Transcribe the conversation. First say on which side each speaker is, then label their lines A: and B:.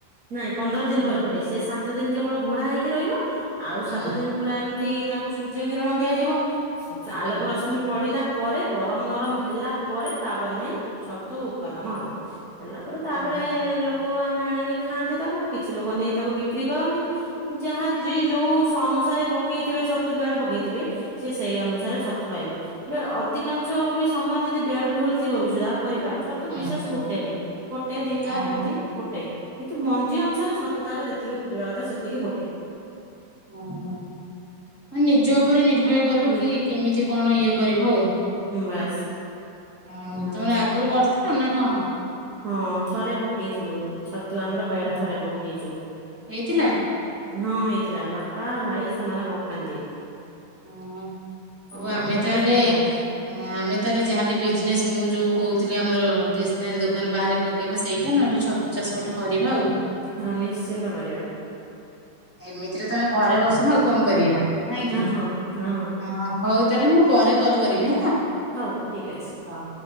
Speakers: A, on the right; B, in the centre.
A: ନାଇଁ ପନ୍ଦର ଦିନ
B: ହଁ
A: ପରେ ଫୁଟେ ସେ ସାତ ଦିନ କେବଳ ଘୋଡା ହେଇକି ରହିବ। ଆଉ
B: ହଁ
A: ସାତ ଦିନ ପୁରା ଏମିତି ତାକୁ ସୂର୍ଯ୍ୟ କିରଣ ଦିଆଯିବ
B: ହଁ
A: ଆଲୋକ ରଶ୍ମି ପଡିଲା ପରେ ଗରମ ନରମ ହେଲା ପରେ ତାପରେ ଯାଇ ଛତୁ ଉତ୍ପାଦନ ହବ। ହେଲା ପରେ
B: ହଁ
A: ତାପରେ
B: ହଁ
A: ଲୋକ ଆମେ ଆଣିକି ଖାଆନ୍ତି ତାକୁ କିଛି ଲୋକ ନେଇ ତାକୁ ବିକ୍ରି କରନ୍ତି। ଯାହା ଯିଏ ଯୋଉ ସନୁସାରେ ପକେଇଥିବେ ଛତୁ ବେଡ ପକେଇଥିବେ। ସେ ସେଇ ଅନୁସାରେ ଛତୁ ପାଇବେ। ବ ଅଧିକାଂଶ ବି ସମୟରେ ଯଦି ବେଡ୍ ଭୁଲ ଥିବ ବି ସୁଦ୍ଧା କରିବା ଛ ତୁ
B: ଓହୋ ହଁ
A: ବିଶେଷ
B: ହଁ
A: ଫୁଟେନି ଗୋଟେ ଦିଟା
B: ହଁ
A: ଏମିତି ଫୁଟେ କିନ୍ତୁ ମଞ୍ଜି ଅନୁସାରେ ଛତୁ ତାର ଯେତିକି ଫୁଟିବା କଥା ସେତିକି ଫୁଟେ।
B: ଓ ହୋ ମାନେ ନିଜ ଉପରେ ନିର୍ଭୟ କରିବ
A: ନେ
B: କିଏ କେମିତି କଣ ଇଏ କରିବ ଆଉ।
A: ବାସ୍
B: ହୁଁ
A: ଆଚ୍ଛା।
B: ତମର ଆଗରୁ କରିଥିଲ ନା କଣ?
A: ହଁ ଥରେ ପକେଇଥିଲୁ ଛତୁ ଆମର
B: ଓହୋ
A: ବେଡ ଥରେ ପକେଇଛୁ।
B: ହେଇଥିଲା
A: ହଁ ହେଇଥିଲା ବାପା ଭାଇ ସେମାନେ ପକାନ୍ତି।
B: ହୁଁ, ହଉ
A: ଆମ
B: ଆମେ
A: ବାପ
B: ତାହେଲେ
A: ଘରେ ପକାନ୍ତି
B: ଆମେ ତାହେଲେ ଯାହାଲେ ବିଜନେସ ମୁଁ ଯୋଉ କହୁଥିଲି ଆମର ଟେଷ୍ଟସ୍ନାରୀ ଦୋକାନ ବାହାରେ ପକେଇବା ସେଇଟା ନହେଲେ ଛ ତୁ ଚାଷ ଗୋଟେ କରିବା ଆଉ।
A: ହଁ ନିଶ୍ଚିନ୍ତ କରିବା।
B: ଏମିତିରେ ତମେ ଘରେ ବସୁନେ ଆଉ କଣ କରିବା ନାଇଁ
A: ହଁ
B: କିି,
A: ହଁ ହଁ ହଁ
B: ହ। ହଉ ତାହେଲେ ମୁଁ ପରେ କଲ୍ କରିବି ହେଲା।
A: ହଉ ଠିକ୍ ଅଛି।
B: ହଁ